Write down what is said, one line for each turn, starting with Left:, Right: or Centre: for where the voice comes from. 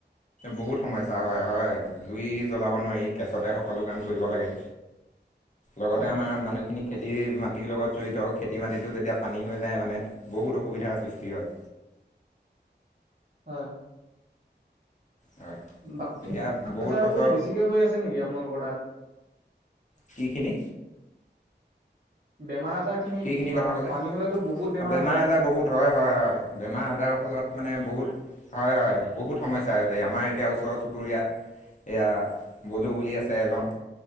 Left: বহুত সমস্যা হয়, হয়, জুই জ্বলাব নোৱাৰি, গেছতে সকলো কাম কৰিব লাগে। লগতে
Right: হয়
Left: আমাৰ মানুহখিনিক- খেতি মাটিৰ লগত জড়িত, খেতি মাটিটো যেতিয়া পানী হৈ যায় মানে বহুত অসুবিধাৰ সৃষ্টি হয়।
Right: হয়।
Left: হয়
Right: বাকী
Left: এতিয়া
Right: বেমাৰ
Left: বহুত
Right: -আজাৰবোৰ
Left: বছৰ
Right: বেছিকে হৈ আছে নেকি আপোনালোকৰ তাত?
Left: কি খিনি?
Right: বেমাৰ- আজাৰ খিনি
Left: কিখিনি কথা ক'লে?
Right: পানী হলেতো বহুত
Left: অঁ, বেমাৰ
Right: হয়।
Left: -আজাৰ বহুত হয়, হয়, হয়। বেমাৰ -আজাৰৰ ফলত- মানে বহুত হয়, হয়, বহুত সমস্যা হৈছেহি। আমাৰ এতিয়া ওচৰ চুবুৰীয়া- এইয়া বলো বুলি আছে এজন,